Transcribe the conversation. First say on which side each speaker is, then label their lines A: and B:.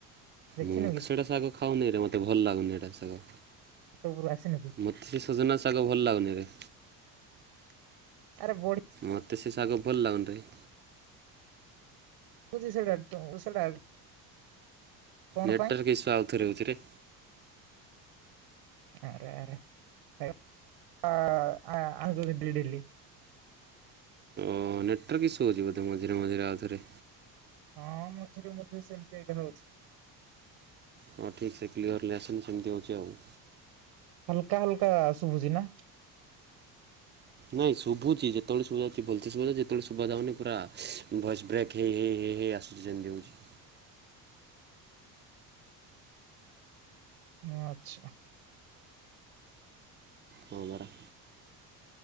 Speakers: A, on the right; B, on the right.
A: ଦେଖିନୁ
B: ମୁଁ
A: କି
B: ସେଇଟା ଶାଗ ଖାଉନିରେ ମତେ ଭଲ୍ ଲାଗୁନି ଏଟା ଶାଗ।
A: ଛାତ ଓପୁରୁ ଆସିନ କି?
B: ମତସେ ସଜନା ଶାଗ ଭଲ୍ ଲାଗୁନି ରେ।
A: ଆରେ ବଢି
B: ମତେ ସେ ଶାଗ ଭଲ୍ ଲାଗନ୍ତା କି।
A: <unintelligible> କଣ
B: ନେଟୱାର୍କ
A: ପାଇଁ
B: ଇସୁ ଆଉଥରେ ହୋଉଚିରେ।
A: ଆରେ ଆରେ, <unintelligible> ଡେଲି।
B: ହଁ ନେଟୱାର୍କ ଇସୁ ହୋଉଚି ବୋଧେ ମଝିରେ ମଝିରେ ଆଉଥରେ।
A: ହଁଅଁ ମଝିରେ ମଝିରେ ସେମତି ଏଇଟା ହୋଉଛି।
B: ହଁ ଠିକ୍ ସେ କ୍ଲିୟର ଲେହାସିନ ସେମତି ହେଉଛି ଆଉ।
A: ହାଲକା ହାଲକା ଶୁଭୁଚି ନା।
B: ନାଇଁ ଶୁଭୁଛି ଯେତେବେଳ ଶୁଣିଆର ଥିବ ଭଲସେ ଶୁଭାଯାଉଛି ଯେତେବେଳେ ଶୁଭାଯାଉନି ପୁରା ଭଏସ୍ ବ୍ରେ କେ ହେଇ ହେଇ ହେଇ ହେଇ ହେଇ ହେଇ ଆସୁଛି ଯେମତି ହୋଉଛି।
A: ଆଚ୍ଛା।
B: ହଁ ବରା।